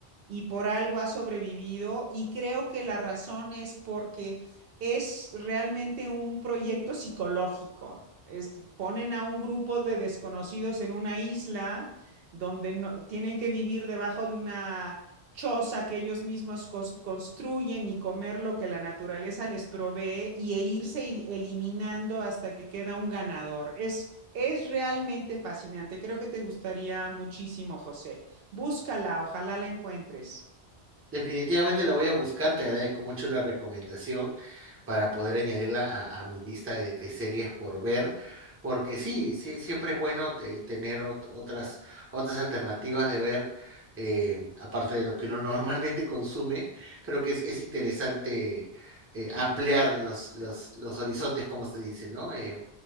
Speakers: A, on the right; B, on the right.
A: y por algo ha sobrevivido. Y creo que la razón es porque es realmente un proyecto psicológico. Es, ponen a un grupo de desconocidos en una isla donde no, tienen que vivir debajo de una choza que ellos mismos construyen y comer lo que la naturaleza les provee y e irse eliminando hasta que queda un ganador. Es, es realmente fascinante. Creo que te gustaría muchísimo, José. Búscala, ojalá la encuentres.
B: definitivamente la voy a buscar. Te agradezco mucho la recomendación para poder añadirla a, a mi lista de, de series por ver. Porque sí, sí, siempre es bueno te- tener ot- otras, otras alternativas de ver, eh, aparte de lo que uno <laughs> normalmente consume. Creo que es, es interesante eh, ampliar los, los, los horizontes, como se dice, ¿no? Eh,